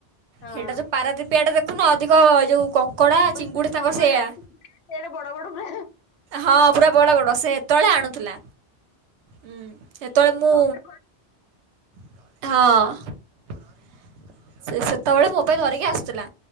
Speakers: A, on the left; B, on the right.
A: ହଁ
B: ହେଟା ଯୋଉ ପାରାଦୀପ ଆଡେ ଦେଖୁନ ଅଧିକ ଯୋଉ କଙ୍କଡା
A: ବେଶ୍
B: ଚିଙ୍ଗୁଡି ତାଙ୍କର
A: କଙ୍କଡା
B: ସେଇଆ
A: ସେଆଡେ ବଡ ବଡ ପୁରା
B: ହଁ ପୁରା ବଡ ବଡ ସେ ହେତେଳେ ଆଣୁଥିଲା। ହୁଁ ହେତେବେଳେ ମୁଁ
A: କଙ୍କଡା
B: ହଁ। ସେ ସେତେବେଳେ ମୋ ପାଇଁ ଧରିକି ଆସୁଥିଲା।